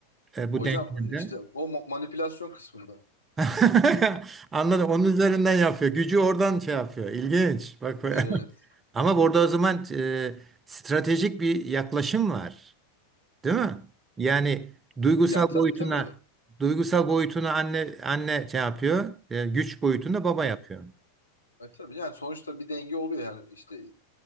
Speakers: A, on the right; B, on the left.
A: E, bu
B: Hocam
A: denklemde?
B: işte o ma- manipülasyon kısmında.
A: <laughs> Anladım. Onun üzerinden yapıyor. Gücü oradan şey yapıyor. İlginç. Bak be.
B: Evet.
A: <laughs> Ama burada o zaman e, stratejik bir yaklaşım var. Değil mi? Yani duygusal
B: Ya tabii
A: boyutuna
B: tabii.
A: duygusal boyutuna anne anne şey yapıyor. e, güç boyutunda baba
B: Hı
A: yapıyor.
B: E, tabii yani sonuçta bir denge oluyor yani işte e,